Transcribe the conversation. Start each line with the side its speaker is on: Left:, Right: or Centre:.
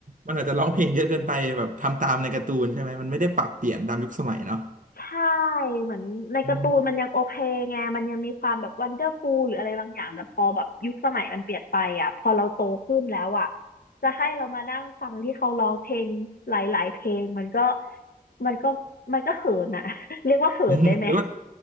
Right: มันอาจจะร้องเพลงเยอะเกินไปแบบทำตามในการ์ตูนใช่ไหมมันไม่ได้ปรับเปลี่ยนตามยุคสมัยเนาะ
Left: ใช่เหมือนในการ์ตูนมันยังโอเคไงมันยังมีความแบบวันเดอร์ฟูลหรืออะไรบางอย่างแต่พอแบบยุคสมัยมันเปลี่ยนไปอ่ะพอเราโตขึ้นแล้วอ่ะ
Right: อ๋อ
Left: จะให้เรามานั่งฟังที่เขาร้องเพลงหลายๆเพลงมันก็มันก็มันก็เขินอ่ะ <laughs> เรียกว่าเขินได้ไหม
Right: <laughs> อืมหรือว่า